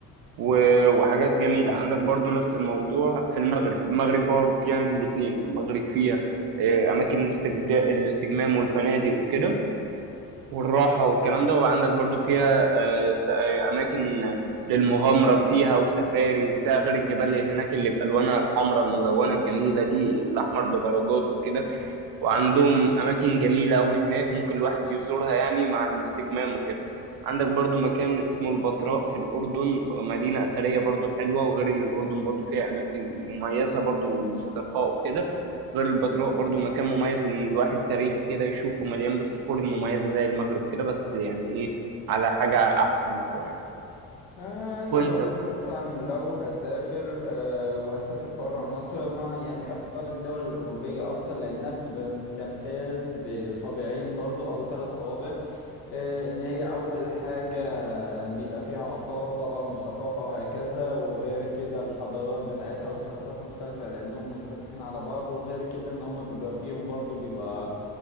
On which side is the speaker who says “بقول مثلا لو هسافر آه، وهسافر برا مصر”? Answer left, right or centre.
Left